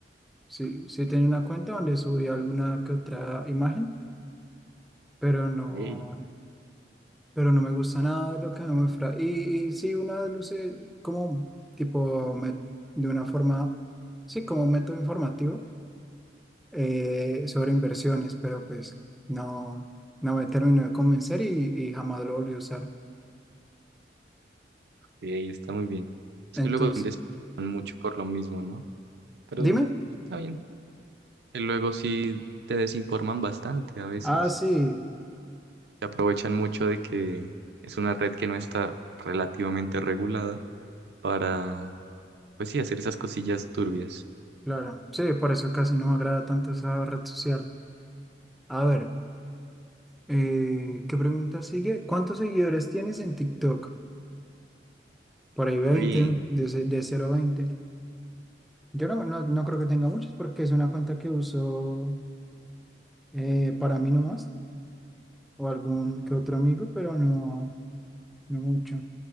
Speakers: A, in the centre; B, on the right.
A: Sí, sí tenía una cuenta donde subí alguna que otra imagen, pero no,
B: Ey.
A: pero no me gusta nada de lo que me muestra. Y, y sí, una vez lo usé como tipo me- de una forma, sí, como método informativo eh, sobre inversiones, pero pues no, no me terminó de convencer y, y jamás lo volví a usar.
B: Sí, está muy bien. Es
A: Entonces,
B: que luego te desinforman mucho por lo mismo, ¿no? Pero
A: dime.
B: está bien. Y luego sí te desinforman bastante a veces.
A: Ah, sí.
B: Se aprovechan mucho de que es una red que no está relativamente regulada para, pues sí, hacer esas cosillas turbias.
A: Claro, sí, por eso casi no me agrada tanto esa red social. A ver, eh, ¿qué pregunta sigue? ¿Cuántos seguidores tienes en TikTok? Por ahí veinte,
B: Uy,
A: de, ce- de cero a 20. Yo no, no, no creo que tenga muchos porque es una cuenta que uso eh, para mí nomás o algún que otro amigo, pero no, no mucho.